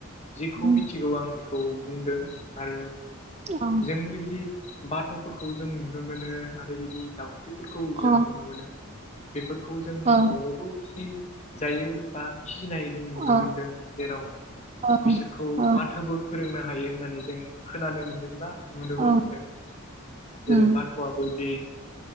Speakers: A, on the left; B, on the right.
A: जिखौ
B: उम
A: मिथिगौ आं। औ बुंदो औ
B: औ
A: नों बायदि। बाथ'फोरखौ जों नुनो मोनो आरो बिदि दाउस्रिफोरखौ
B: अ
A: जों नुनो मोनो। बेफोरखौ जों न'आवबो
B: औ
A: फिसि जायो। बा फिनाय जों नुनो
B: औ
A: मोनदों जेराव
B: औ
A: बिसोरखौ माथोबो। फोरोंनो हायो होननानै जों। खोनानो मोनदोंबा नुनोबो
B: औ
A: मोनदों जेरै
B: उम
A: बाथ'आबो जे।